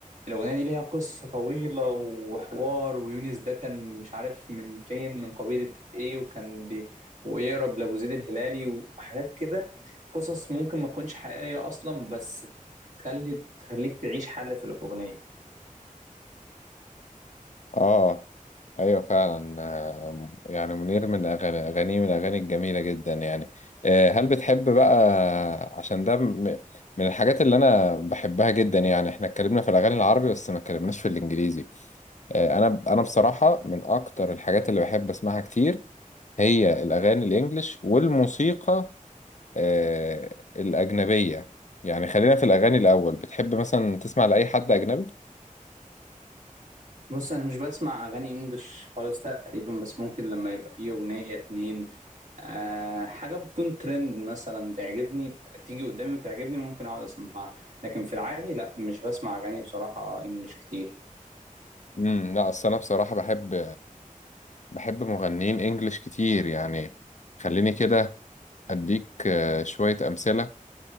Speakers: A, on the right; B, on the left.
A: الأغنية دي ليها قصة طويلة وحوار ويونس ده كان مش عارف من فين من قبيلة إيه وكان بي ويقرب لأبو زيد الهلالي وحاجات كده قصص ممكن ما تكونش حقيقية أصلا بس تخلي تخليك تعيش حالة في الأغنية
B: اه ايوه فعلا آه، يعني منير من اغاني اغانيه من الاغاني الجميله جدا يعني آه، هل بتحب بقى عشان ده م- من الحاجات اللي انا بحبها جدا يعني احنا اتكلمنا في الاغاني العربي بس ما اتكلمناش في الانجليزي آه، انا انا بصراحه من اكتر الحاجات اللي بحب اسمعها كتير هي الاغاني الانجليش والموسيقى آه، الاجنبيه يعني خلينا في الاغاني الاول بتحب مثلا تسمع لاي حد اجنبي
A: بص انا مش بسمع اغاني انجلش خالص تقريبا بس ممكن لما يبقى فيه اغنية اتنين أه حاجة بتكون ترند مثلا تعجبني تيجي قدامي وتعجبني ممكن اقعد اسمعها لكن في العادي لا مش بسمع اغاني بصراحة انجلش كتير
B: امم لا اصل انا بصراحه بحب بحب مغنيين انجليش كتير يعني خليني كده اديك آه، شوية امثلة